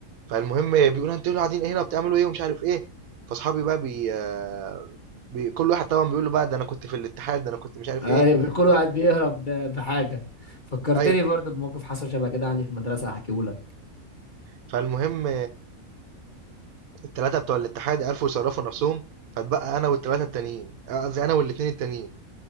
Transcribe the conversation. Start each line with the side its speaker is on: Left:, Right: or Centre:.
Right: فالمهم بيقول له: "أنتم إيه اللي قاعدين ايه هنا وبتعملوا إيه؟" ومش عارف إيه، فاصحابي بقى بي آه، بي كل واحد طبعًا بيقول له بقى: "ده أنا كنت في الاتحاد، ده أنا كنت مش عارف
Left: ايوه
Right: إيه."
Left: كل
Right: ف
Left: واحد بيهرب ب- بحاجه فكرتني
Right: أيوه،
Left: برضه بموقف حصل شبه كده عندي في المدرسه هحكيهولك
Right: فالمهم ال3 بتوع الاتحاد عرفوا يصرّفوا نفسهم، فاتبقى أنا وال3 التانيين، أ قصدي أنا وال2 التانيين.